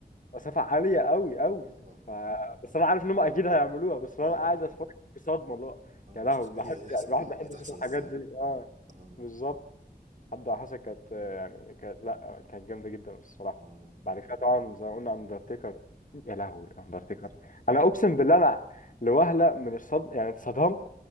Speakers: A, on the left; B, on the right.
A: مسافة عالية قوي قوي
B: اه
A: ف... بس انا عارف ان هم اكيد هيعملوها بس
B: اه
A: انا قاعد اتفرج بصدمة اللي هو
B: اه
A: يا لهوي
B: شوف ايه
A: بحب
B: اللي هيحصل
A: يعني الواحد
B: بقى
A: بيحب
B: هتحصل
A: يشوف الحاجات
B: ازاي
A: دي اه
B: اه
A: بالظبط حد وحشة كانت يعني كانت لا كانت جامدة جدا الصراحة
B: اه
A: بعد كده طبعا زي ما قلنا اندرتيكر يا لهوي اندرتيكر
B: اه يا نهار ابيض
A: انا اقسم بالله انا لوهلة من الصدم يعني اتصدمت